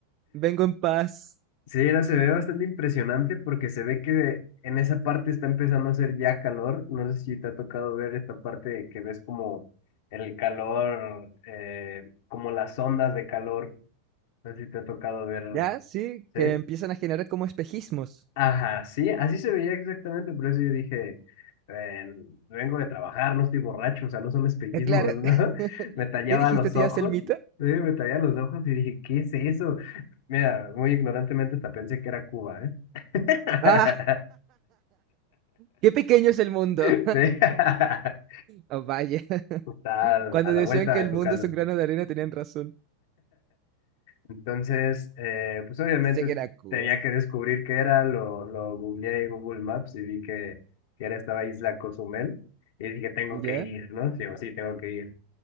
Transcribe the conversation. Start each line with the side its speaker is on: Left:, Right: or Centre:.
Right: Vengo en paz.
Left: Sí, no, se ve bastante impresionante porque se ve que en esa parte está empezando a hacer ya calor. No sé si te ha tocado ver esta parte que ves como el calor, eh, como las ondas de calor. No sé si te ha tocado ver,
Right: Ya, sí,
Left: ¿sí?
Right: que empiezan a generar como espejismos.
Left: Ajá, sí, así se veía exactamente, por eso yo dije, eh, vengo de trabajar, no estoy borracho, o sea, no son espejismos,
Right: Ya, Claro.
Left: ¿no? <laughs>
Right: <laughs>
Left: Me tallaba
Right: ¿Qué dijiste,
Left: los
Right: tía
Left: ojos,
Right: Selmita?
Left: sí, me tallaba los ojos y dije, ¿qué es eso? Mira, muy ignorantemente hasta pensé que era Cuba, ¿eh? <laughs>
Right: Ah, qué pequeño es el mundo.
Left: Sí, <laughs> está
Right: Oh, vaya. <laughs>
Left: a la
Right: Cuando
Left: a la
Right: decían
Left: vuelta
Right: que
Left: de
Right: el
Left: tu
Right: mundo
Left: casa.
Right: es un grano de arena, tenían razón.
Left: Entonces, eh, pues obviamente
Right: Sé que era Cuba.
Left: tenía que descubrir qué era, lo, lo googleé en Google Maps y vi que, que era esta isla Cozumel y dije, tengo
Right: Ya,
Left: que ir, ¿no? Sí, o sí, tengo que ir.